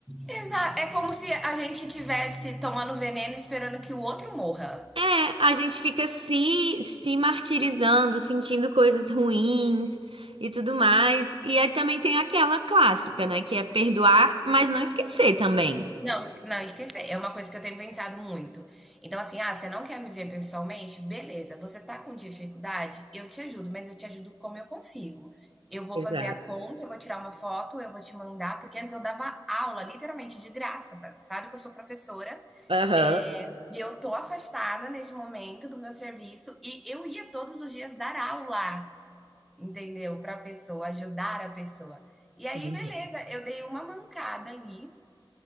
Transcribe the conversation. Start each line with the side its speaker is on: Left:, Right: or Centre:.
Centre: Exato. É como se a gente tivesse tomando veneno esperando que o outro morra.
Right: É, a gente fica se, se martirizando, sentindo coisas ruins e tudo mais. E aí também tem aquela clássica, né? Que é perdoar, mas não esquecer também.
Centre: Não, não esquecer. É uma coisa que eu tenho pensado muito. Então, assim, ah, você não quer me ver pessoalmente? Beleza. Você tá com dificuldade? Eu te ajudo, mas eu te ajudo como eu consigo. Eu vou
Right: Exato.
Centre: fazer a conta, eu vou tirar uma foto, eu vou te mandar, porque antes eu dava aula, literalmente, de graça. Sabe, sabe que eu sou professora,
Right: Aham.
Centre: é, e eu tô afastada nesse momento do meu serviço, e eu ia todos os dias dar aula. entendeu? Para a pessoa, ajudar a pessoa. E aí,
Right: Uhum.
Centre: beleza, eu dei uma mancada ali